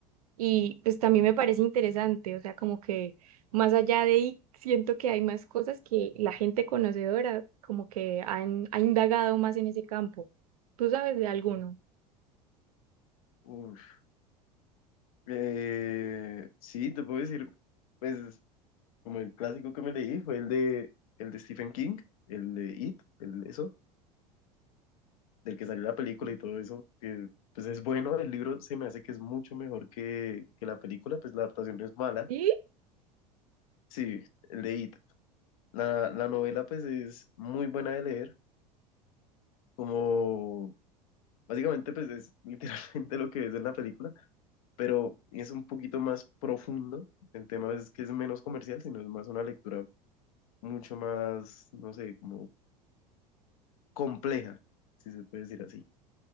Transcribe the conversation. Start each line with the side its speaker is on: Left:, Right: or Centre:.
Right: y pues también me parece interesante, o sea, como que más allá de ahí siento que hay más cosas que la gente conocedora como que han, ha indagado más en ese campo. ¿Tú sabes de alguno?
Left: Uf. Eh, sí, te puedo decir, pues como el clásico que me leí fue el de, el de Stephen King, el de It, el, eso. del que salió la película
Right: Sí.
Left: y todo eso, que pues es bueno, el libro se me hace que es mucho mejor que, que la película, pues la adaptación no es mala,
Right: ¿Sí?
Left: sí, el de It. La, la novela pues es muy buena de leer, como básicamente pues es <laughs> literalmente lo que es en la película, pero es un poquito más profundo, el tema es que es menos comercial, sino es más una lectura mucho más, no sé, como compleja, si se puede decir así.